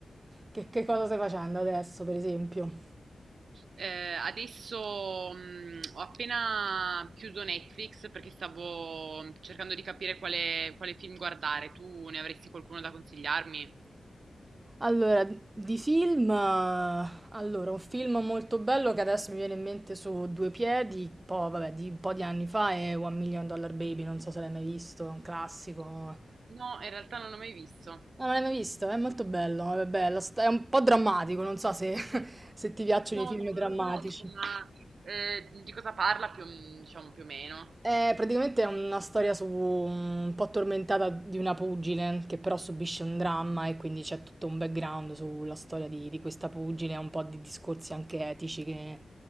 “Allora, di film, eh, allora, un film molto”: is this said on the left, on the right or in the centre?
Right